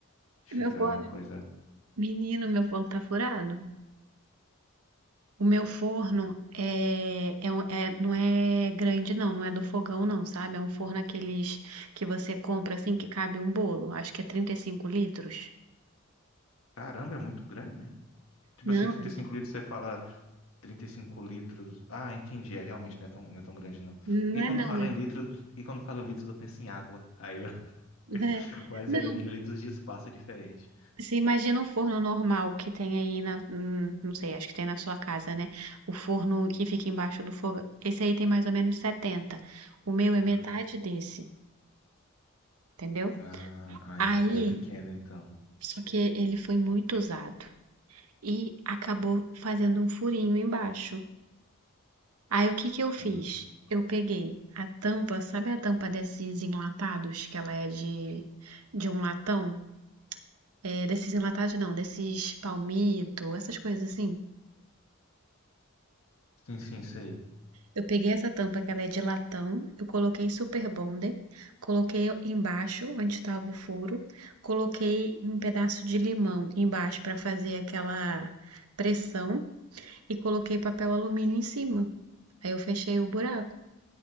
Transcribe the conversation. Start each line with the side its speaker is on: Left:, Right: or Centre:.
Left: de ficar
Right: Meu forno,
Left: coisa.
Right: menino, meu forno tá furado. O meu forno é, é, um- é- não é grande, não, não é do fogão, não, sabe? É um forno aqueles que você compra assim que cabe um bolo. Acho que é 35 litros.
Left: Caramba, é muito grande. Tipo
Right: Não,
Left: assim, trinta
Right: 30
Left: e cinco litros, você fala 35 litros. Ah, entendi, é realmente não é tão, não é tão grande não.
Right: não
Left: E
Right: é
Left: quando
Right: não.
Left: fala em litros, e quando fala em litros, eu penso em água. Aí eu... <laughs>
Right: É, é-
Left: Mas
Right: não,
Left: é, litros de espaço é diferente.
Right: você imagina o forno normal que tem aí na, hum, não sei, acho que tem na sua casa, né? O forno que fica embaixo do fogão. Esse aí tem mais ou menos setenta O meu é
Left: Aham.
Right: metade desse, entendeu?
Left: Ah, ah,
Right: Aí
Left: enten- é pequeno então.
Right: Só que ele foi muito usado e acabou fazendo um furinho embaixo. Aí o que que eu fiz?
Left: Ah,
Right: Eu peguei a tampa, sabe a tampa desses enlatados, que ela é de, de um latão? É, desses enlatados não, desses palmito, essas coisas assim.
Left: Sim, sim, sei.
Right: Eu peguei essa tampa que ela é de latão, eu coloquei super bonder, coloquei embaixo onde estava o furo, coloquei um pedaço de limão embaixo para fazer aquela pressão e coloquei papel alumínio em cima. Aí eu fechei o buraco.